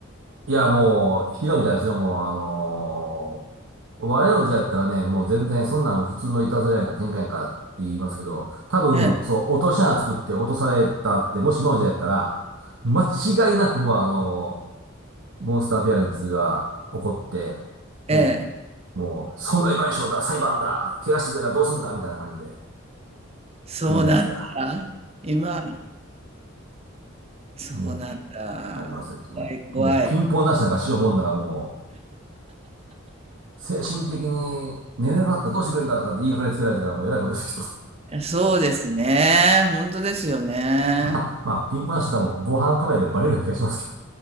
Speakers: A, on the right; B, on the right.
A: いや、もう、ひどいみたいですよ、もう、あのー我々の時代だったらね、もう全然そんなん普通のいたずらやんか喧嘩やんかって言いますけど、多分、
B: ええ、
A: そう、落とし穴作って落とされたって、もし今の時代だったら、間違いなくもうあのーモンスターペアレンツが起こって、ね、
B: ええ、
A: もう、損害賠償だ、裁判だ、怪我してくれたらどうすんだ、みたいな感じで
B: そうなんだ。
A: 来るんじゃないですか。
B: 今、そうなんだ。
A: もう、ありますよ、きっともう。
B: 怖い、怖い。
A: もうピンポン出しなんかしようもんならもう、精神的に寝れなかったらどうしてくれるんだとかって言いがかりつけられてからもうえらいことです、きっと。
B: え、そうですね。本当ですよね。
A: <laughs> まあ、まあ、ピンポン出し多分防犯カメラでバレるような気がしますけど。